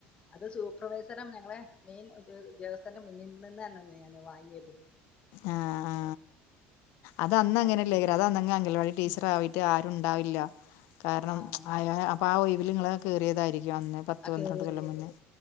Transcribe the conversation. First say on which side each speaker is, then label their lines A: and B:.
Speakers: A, on the left; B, on the left.
A: അത് സൂപ്പർവൈസറും ഞങ്ങളെ മെയിൻ ഒരു ഉദ്യോഗസ്ഥന്റെ മുന്നിൽ നിന്ന് തന്നെ ഞാനത് വാങ്യേതും
B: ആ ആ അത്
A: അമ്മമാരൊക്കെ
B: അന്നങ്ങനല്ലേക്കാരം
A: കൊണ്ട്
B: അത്
A: തന്നു.
B: അന്നങ്ങ് അംഗൽവാടി ടീച്ചറാവിട്ട്
A: ഉം
B: ആരുണ്ടാവില്ല കാരണം
A: ആഹ്
B: അയാ ആ അപ്പാ ഒയ് വില് ഇങ്ങളങ് കേറിയതാരിക്കും അന്ന് പത്ത്
A: ആ
B: പന്ത്രണ്ട്
A: കേറിയത്
B: കൊല്ലം
A: കേറിയത്
B: മുന്നേ